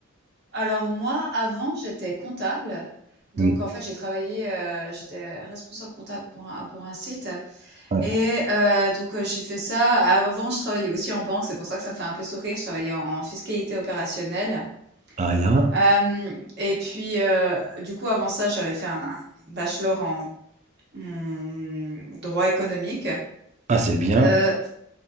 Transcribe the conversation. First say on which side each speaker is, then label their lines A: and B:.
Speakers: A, on the right (about 50°); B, on the right (about 35°).
A: Alors moi, avant, j'étais comptable. Donc
B: Oui.
A: en fait, j'ai travaillé, heu, j'étais responsable comptable pour un pour un site
B: Ouais.
A: et heu, donc heu, j'ai fait ça. Avant, je travaillais aussi en banque, c'est pour ça que ça me fait un peu sourire. Je travaillais en en fiscalité opérationnelle.
B: Ah, y'a.
A: Hem, et puis, heu, du coup, avant ça, j'avais fait un bachelor en en droit économique.
B: Ah, c'est bien.
A: Heu,